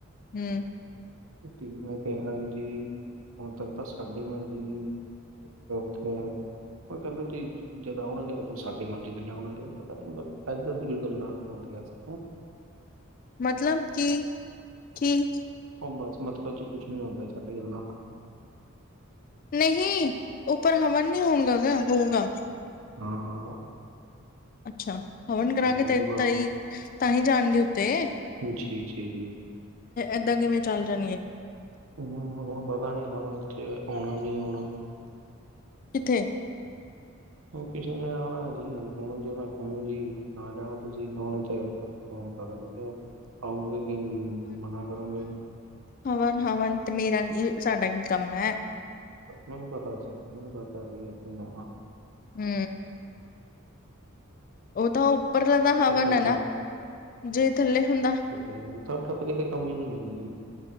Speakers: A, on the left (about 40°); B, on the right (about 75°).
A: ਹੂੰ।
B: ਤੇ ਮੈਂ ਕਿਹਾ ਜੀ ਹੁਣ ਤਕ ਤਾ ਸਾਡੀ ਮਰਜੀ। ਓਕੇੇ। ਮ ਕਹਿੰਦਾ ਕਿ ਜਦ ਆਉਣਗੇ ਤਾਂ ਫੈਰ ਸਾਡੇ ਮਰਜ਼ੀ ਦੇ ਲਿਆ ਆਉਣਗੇ ਪਤਾ ਨੀ ਐਦਾਂ ਦੀ ਕੋਈ ਗੱਲਾ ਹੋਂਦੀਆ। <unintelligible>
A: ਮਤਲਬ ਕਿ, ਕੀ?
B: ਓ ਬਸ ਮਤਲਬ ਕਿ ਕੁਛ ਨੀ ਹੁੰਦਾ ਸਾਡੀ ਗੱਲਾਂ ਦਾ।
A: ਨਹੀਂ, ਉੱਪਰ ਹਵਨ ਨਹੀਂ ਹੁੰਦਾ ਪਿਆ, ਹੋਊਗਾ।
B: ਹਾਂ-ਹਾਂ।
A: ਅੱਛਾ ਹਵਨ ਕਰਾ ਕੇ
B: ਹੋਊਗਾ
A: ਤੇ ਤਈ ਤਾਂਹੀ ਜਾਣਗੇ ਉੱਤੇ।
B: <unintelligible> ਚਾਈਦੀ ਐ।
A: ਏਦਾਂ ਕਿਵੇਂ ਚੱਲ ਜਾਣਗੇ?
B: ਹੂੰ, ਹੁਣ ਪਤਾ ਨੀ ਹੁਣ ਇਥੇ ਆਉਣਾ ਨੀ ਆਉਣਾ।
A: ਕਿੱਥੇ?
B: ਹ ਕਿਸੇ ਨੇ ਆਣਾ ਜੀ ਹੁਣ ਜੇ ਮੈਂ ਕਹੂੰ ਜੀ ਆ ਜਾਣਾ ਤੁਸੀ ਹੁਣ ਤੇ ਹੁਣ ਪਤਾ ਨੀ ਕਿਉ ਆਉਂਗੇ ਕਿ ਮਨਾ ਕਰੋਂਗੇ।
A: ਹਵਨ-ਹਵਨ ਤੇ ਮੇਰਾ ਕੀ ਸਾਡਾ ਕੀ ਕੰਮ ਹੈ।
B: ਮੈਨੂੰ ਪਤਾ ਸੀ ਮੈਨੂੰ ਪਾਪਾ ਸੀ ਆਪੇ ਨੋ ਹਾ।
A: ਹੂੰ ਓ ਤਾਂ ਉਪਰਲਾ ਦਾ ਹਵਨ
B: ਤੁਹਾਡਾ
A: ਐ ਨਾ,
B: ਤਾਂ
A: ਜੇ ਥੱਲੇ ਹੁੰਦਾ
B: ਹੂੰ <unintelligible> ਤਾਂ ਕਿਤੇ ਕਮੀ ਨੀ ਹੈ ਜੀ।